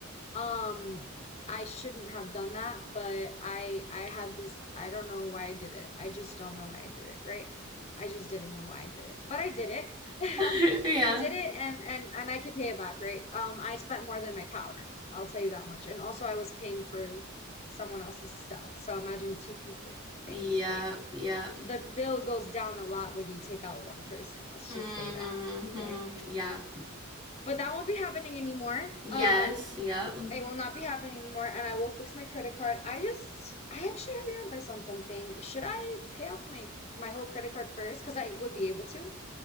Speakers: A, on the left; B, on the right.
A: Um, I shouldn't have done that, but I I had this, I don't know why I did it. I just don't know why I did it, right? I just didn't know why I did it. But I did it. <laughs>
B: <laughs> Yeah.
A: I did it and and and I could pay it back, right? Um, I spent more than my power. I'll tell you that much. And also I was paying for someone else's stuff. So imagine two people's
B: Yep,
A: things, right?
B: yep.
A: The bill goes down a lot when you take out one person. Let's
B: Mm-hmm.
A: just say that, right?
B: Yeah.
A: But that won't be happening anymore.
B: Yes,
A: Um,
B: yep.
A: it will not be happening anymore, and I will fix my credit card. I just, I actually have your advice on something. Should I pay off my my whole credit card first? Because I would be able to,